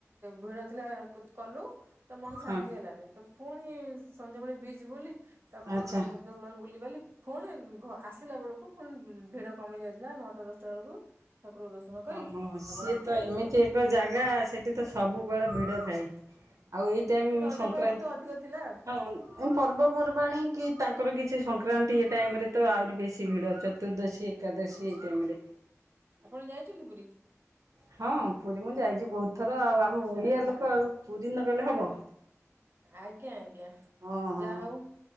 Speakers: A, on the right; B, on the right.
A: ଭିଡ ଥିଲା। କଲୁ ତ ମ
B: ହଁ।
A: ତି ହେଲାନି ତ ପୁଣି ସନ୍ଧ୍ୟାବେେଳେ ବିଚ୍ ବୁଲି ତାପରେ
B: ଆଚ୍ଛା
A: ସମୁଦ୍ର ବୁଲି ବାଲି ପୁଣି ଆସିଲା ବେଳକୁ ପୁଣି ଭିଡ କମି ଯାଇଥିଲା ନଅଟା ଦଶଟା ବେଳକୁ। ଠାକୁର ଦର୍ଶନ
B: ହଁ
A: କରି ଆଉ
B: ହଁ ସିଏ
A: ଅଭଡା
B: ତ
A: ଖାଇ
B: ଏମିତି ଏକ ଜାଗା ସେଠି ତ ସବୁବେଳେ ଭିଡ ଥାଏ। ଆଉ ଏଇ ଟାଇମ୍
A: ରଜ
B: ସଂକ୍ରାନ୍ତି
A: ପାଇଁ ଟିକେ ଅଧିକ ଥିଲା ଆଉ।
B: ହଁ। ଏ ପର୍ବପର୍ବାଣୀ କି ତାଙ୍କର କିଛି ସଂକ୍ରାନ୍ତି ଏ ଟାଇମ୍ ରେ ତ ଆହୁରି ବେଶୀ ଭିଡ଼। ଚତୁର୍ଦ୍ଦଶୀ ଏକାଦଶୀ
A: ଆଚ୍ଛା।
B: ଏଇ ଟାଇମ୍ ରେ।
A: ଆପଣ ଯାଇଛନ୍ତି ପୁରୀ?
B: ହଁ ପୁରୀ ମୁଁ ଯାଇଛି ବହୁତ ଥର। ଆଉ ଆମ
A: ଆଚ୍ଛା
B: ଓଡ଼ିଆ
A: ଆଚ୍ଛା।
B: ଲୋକ ଆଉ ପୁରୀ ନଗଲେ ହେବ।
A: ଆଜ୍ଞା ଆଜ୍ଞା।
B: ହଁ ହଁ
A: ଯା ହଉ।